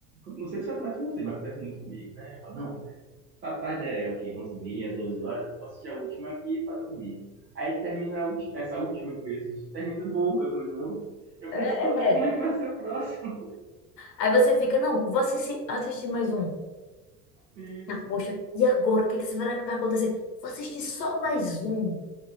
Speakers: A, on the right; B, on the left.
A: Não sei se acontece com você, mas acontece muito comigo, né? Eu falo, não, tá tarde é é o quê? onze e meia 12 horas? Vou assistir a última aqui pra dormir. Aí termina a ulti- essa última que eu ia assistir, termina boa. Eu falei, não, eu
B: É.
A: preciso ver como
B: é.
A: é que vai ser o próximo.
B: Aí você fica, não, vou assistir, assistir mais um.
A: <laughs> Isso.
B: Ah, poxa, e agora? O que é que será que vai acontecer? Vou assistir só mais um.